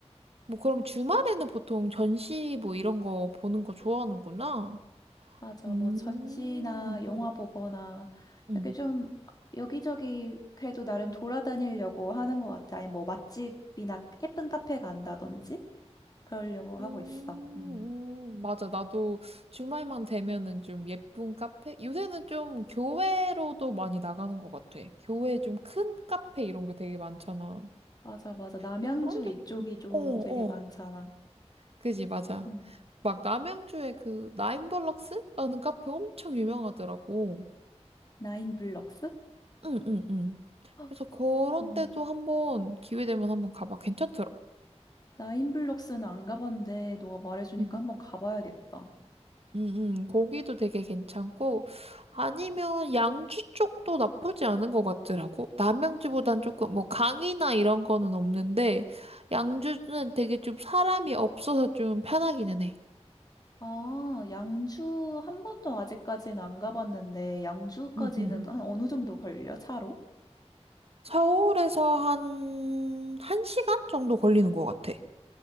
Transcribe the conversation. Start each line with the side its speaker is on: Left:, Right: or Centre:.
Right: 뭐 그럼 주말에는 보통 전시 뭐 이런 거 보는 거 좋아하는구나.
Left: 맞아.
Right: 음,
Left: 뭐 전시나
Right: 음,
Left: 영화
Right: 음,
Left: 보거나
Right: 음,
Left: 이렇게 좀 여기저기 그래도 나름 돌아다니려고 하는 것 같아. 아니 뭐 맛집이나 예쁜 카페 간다든지 그러려고 하고
Right: 음,
Left: 있어. 음.
Right: 음. 맞아. 나도 주말만 되면은 좀 예쁜 카페? 요새는 좀 교회로도 많이 나가는 것 같아. 교회 좀 큰 카페 이런 게 되게 많잖아.
Left: 맞아, 맞아. 남양주
Right: 근데 그런데,
Left: 이쪽이
Right: 좀-
Left: 좀
Right: 어, 어.
Left: 되게 많잖아.
Right: 그지, 맞아.
Left: 음.
Right: 막 남양주에 그 나인블럭스라는 카페 엄청 유명하더라고.
Left: 나인블럭스?
Right: 응응응.
Left: 헉,
Right: 그래서 그런
Left: 음.
Right: 데도 한번 기회 되면 한번 가봐. 괜찮더라.
Left: 나인블럭스는 안 가봤는데 너가 말해주니까
Right: 음.
Left: 한번 가봐야겠다.
Right: 응응. 거기도 되게 괜찮고 아니면 양주 쪽도 나쁘지 않은 것 같더라고. 남양주보단 조금 뭐 강이나 이런 거는 없는데 양주는 되게 좀 사람이 없어서 좀 편하기는 해.
Left: 아, 양주 한 번도 아직까지는 안 가봤는데 양주까지는
Right: 응응.
Left: 한 어느 정도 걸려? 차로?
Right: 서울에서 한 1시간 정도 걸리는 것 같아.